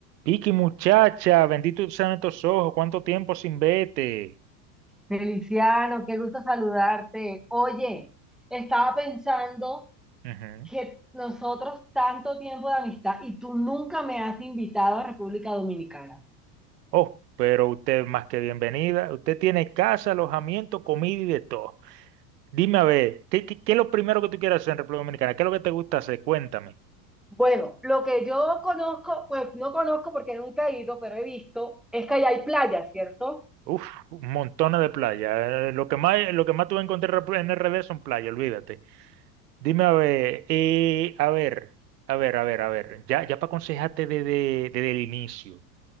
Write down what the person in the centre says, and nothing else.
Feliciano, qué gusto saludarte. Oye, estaba pensando
que nosotros tanto tiempo de amistad y tú nunca me has invitado a República Dominicana.
Bueno, lo que yo conozco, pues no conozco porque nunca he ido, pero he visto, es que allá hay playas, ¿cierto?